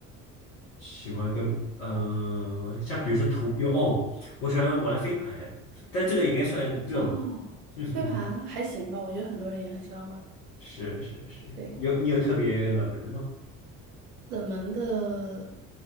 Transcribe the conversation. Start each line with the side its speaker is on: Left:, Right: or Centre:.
Left: 喜欢跟嗯、呃像比如说徒有哦，我喜欢玩飞盘，但这个也应该算热门。
Right: 哦，
Left: <laughs>
Right: 飞盘还行吧，我觉得很多人也很喜欢玩。
Left: 是是是，
Right: 对，
Left: 有你有特别冷门的吗？
Right: 冷门的